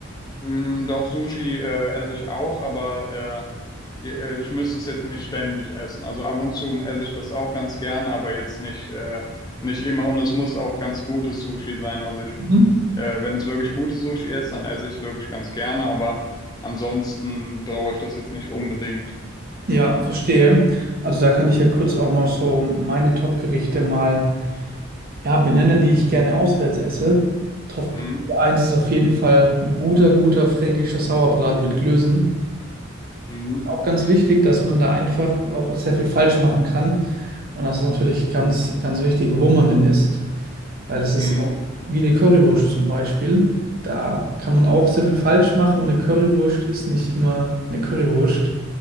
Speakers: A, on the left; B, on the right.
A: Mm, Doch, Sushi äh, esse ich auch, aber äh, je- äh, ich müsste es jetzt nicht ständig essen. Also ab und zu esse ich das auch ganz gerne, aber jetzt nicht, äh, nicht immer. Und es muss auch ganz gutes Sushi sein. Also ich,
B: Mhm.
A: äh, wenn es wirklich gutes Sushi ist, dann esse ich es wirklich ganz gerne, aber ansonsten brauche ich das jetzt nicht unbedingt.
B: Ja, verstehe. Also da kann ich ja kurz auch noch so meine Top-Gerichte mal ja, benennen, die ich gerne auswärts esse. Top
A: Mhm.
B: eins ist auf jeden Fall ein guter, guter fränkischer Sauerbraten mit Klößen.
A: Mhm.
B: Auch ganz wichtig, dass man da einfach auch sehr viel falsch machen kann. Und das ist natürlich ganz, ganz wichtig, wo man denn isst, weil es ist
A: Mhm.
B: auch wie eine Currywurst zum Beispiel. Da kann man auch sehr viel falsch machen und eine Currywurst ist nicht immer eine Currywurst.